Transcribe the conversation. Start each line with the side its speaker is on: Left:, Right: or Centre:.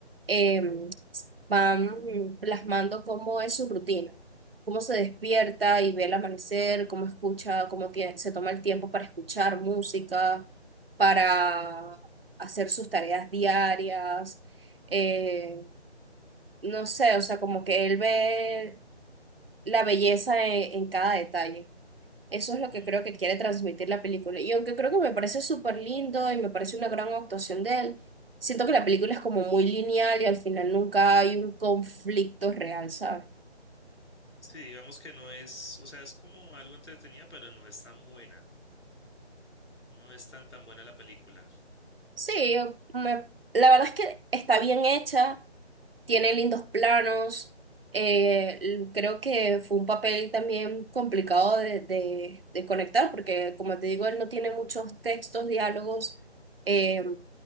Right: eh, van plasmando cómo es su rutina, cómo se despierta y ve el amanecer, cómo escucha, cómo tie- se toma el tiempo para escuchar música, para hacer sus tareas diarias. eh, no sé, o sea, como que él ve la belleza en, en cada detalle. Eso es lo que
Left: Mm.
Right: creo que quiere transmitir la película. Y aunque creo que me parece súper lindo y me parece una gran actuación de él, siento que la película es como muy lineal y al final nunca hay un conflicto real, ¿sabes?
Left: Sí, digamos que no es, o sea, es como algo entretenida, pero no es tan buena. No es tan tan buena la película.
Right: Sí, me- la verdad es que está bien hecha. tiene lindos planos. eh, l- creo que fue un papel también complicado de, de- de conectar, porque como te digo, él no tiene muchos textos, diálogos. eh,